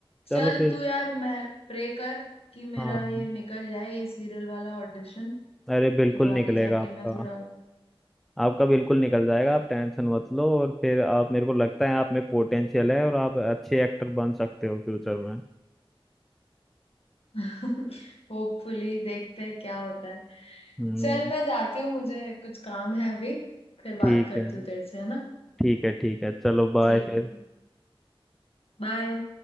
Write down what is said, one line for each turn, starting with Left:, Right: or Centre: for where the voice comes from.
Centre: चलो
Left: चल
Centre: फिर
Left: तू यार मैं प्रे कर कि मेरा
Centre: हाँ
Left: ये निकल जाए ये सीरियल वाला ऑडिशन
Centre: अरे बिल्कुल
Left: तो
Centre: निकलेगा
Left: आगे जाके
Centre: आपका
Left: मैं थोड़ा
Centre: आपका बिल्कुल निकल जाएगा आप टेंशन मत लो और फिर आप मेरे को लगता है आप में पोटेंशियल है और आप अच्छे एक्टर बन सकते हो फ्यूचर में
Left: <laughs> होपफुली देखते हैं क्या होता है
Centre: हम्म
Left: चल मैं जाती हूँ मुझे कुछ काम है अभी फिर बात
Centre: ठीक
Left: करती
Centre: है
Left: हूँ तेरे से है ना
Centre: ठीक है ठीक है चलो बाय
Left: ठीक
Centre: फिर
Left: है बाय